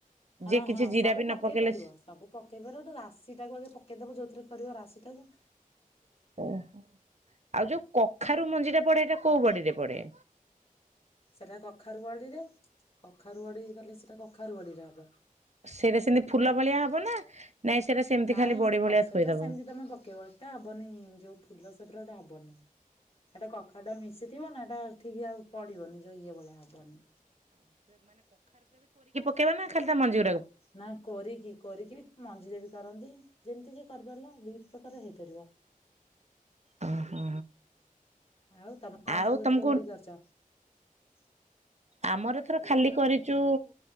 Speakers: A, on the left; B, on the right.
A: ହଁ
B: ଯେ କିଛି
A: ହଁ
B: ଜିରା
A: ସବୁ
B: ବି
A: ପକେଇ
B: ନ ପକେଇଲେ
A: ପାରିବ ସବୁ ପକେଇ ପାରିବ ଗୋଟେ ରାଶି ଟାକୁ ଆଗେ ପକେଇଦବ ଯୋଉଥିରେ କରିବ ରାଶିଟାକୁ
B: ଓହୋ ଆଉ ଯୋଉ କଖାରୁ ମଞ୍ଜି ଟା ପଡେ ଏଇଟା କୋଉ ବଡିରେ ପଡେ?
A: ସେଟା କଖାରୁ ବଡିରେ କଖାରୁୁବଡି ଗଲେ ସେଟା କଖାରୁ ବଡିରେ ହବ।
B: ସେଇଟା ସେମିତି ଫୁଲ ଭଳିଆ ହବ? ହବ ନା ନାଇଁ ସେଇଟା ସେମିତି
A: ନାଇଁ
B: ଖାଲି ବଡି ଭଳିଆ
A: କ ସେଟା
B: ଥୋଇଦବ?
A: ସେମିତି ତମେ ପକେଇବା ସେଟା ହବନି ଯୋଉ ଫୁଲ ସେପର ଟା ହବନି। ଏଇଟା କଖାରୁଟା ମିଶିଥିବ ନା ଏଟା ଠିକ ଆଉ ପଡିବନି ଯୋଉ ଇଏ ଭଳିଆ ହବନି।
B: ପକେଇବ ନା ଖାଲି ତା ମଞ୍ଜି ଗୁରା
A: ନା କୋରିକି କୋରିକି ବି ମଞ୍ଜି ଦେଇଦେବ। କରନ୍ତି ଯେମିତି ଯେ କରିପାରିଲା ଦି ପ୍ରକାରର ହେଇପାରିବ।
B: ଓହୋ
A: ଆଉ ତମେ କଣ
B: ଆଉ
A: ସବୁ
B: ତମକୁ
A: ଏଥର ବଡି କରିଚ? ହଁ।
B: ଆମର ଏଥର ଖାଲି କରିଚୁ